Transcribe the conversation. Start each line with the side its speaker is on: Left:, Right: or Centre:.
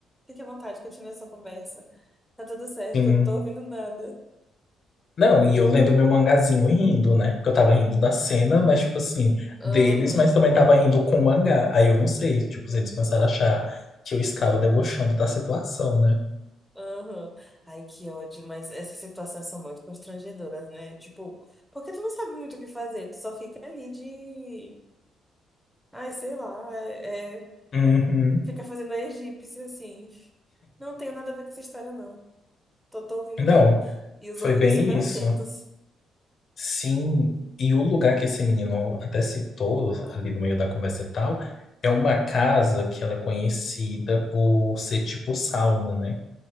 Centre: fique à vontade, continue essa conversa. Tá tudo certo,
Left: Sim.
Centre: eu não tô ouvindo nada.
Left: Não, e eu lendo meu mangazinho e rindo, né? Porque eu tava rindo da cena, mas, tipo assim, deles,
Centre: Aham,
Left: mas também tava rindo com o mangá. Aí eu não sei, tipo, se eles começaram a achar que eu estava debochando da situação, né?
Centre: aham. Ai, que ódio, mas essas situações são muito constrangedoras, né? Tipo, porque tu não sabe muito o que fazer, tu só fica ali de. Ai, sei lá, é, é-
Left: Uhum.
Centre: fica fazendo a egípcia assim. Não tenho nada a ver com essa história, não. Tô, tô ouvindo,
Left: Não,
Centre: não. E os
Left: foi
Centre: ouvidos
Left: bem
Centre: super atentos.
Left: isso. Sim, e o lugar que esse menino até citou ali no meio da conversa e tal, é uma casa que ela é conhecida por ser tipo sauna, né?